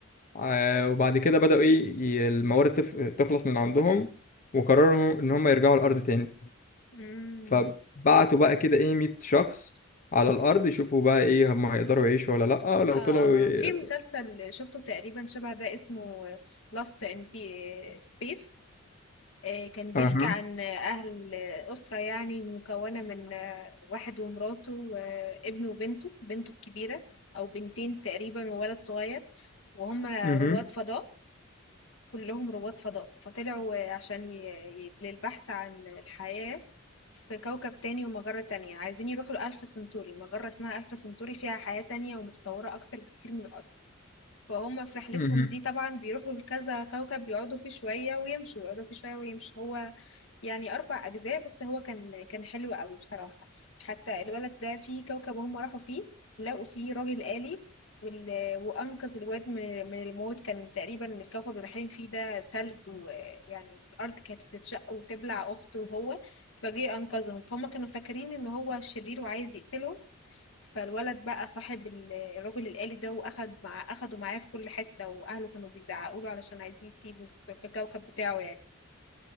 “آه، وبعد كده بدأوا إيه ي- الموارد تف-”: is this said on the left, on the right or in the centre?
Left